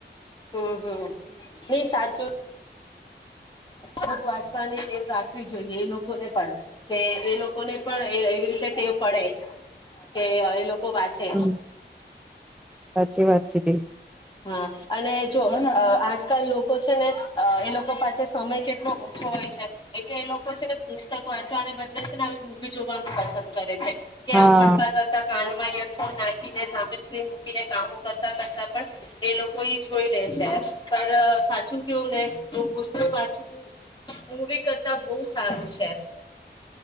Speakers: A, on the left; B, in the centre.
A: હમ હમ એ સાચું છેક વાંચવાની ટેવ રાખવી જોઈએ એ લોકોને પણ કે એ લોકોને પણ એવી રીતે ટેવ પડે કે એ લોકો વાંચે
B: હમ સાચી વાત છે. <unintelligible>
A: હા અને જો આજકાલ લોકો છે ને એ લોકો પાછ સમય કેટલો છો હોય છે એટલે એ લોકો છે ને પુસ્તકો વાંચવાને બદલે છે ને આવી મૂવી જોવાનું પસંદ કરે છે. કે
B: હા
A: આમ ફરતા કરતા કાન ફ નાખી સા મકીને કામો કરતા કરતા પણ એ લોકો જોઈ લે છે. પર સાચન કેવું ન તો પુસ્ વાચવું હવી કરતા બહુ સારું છે.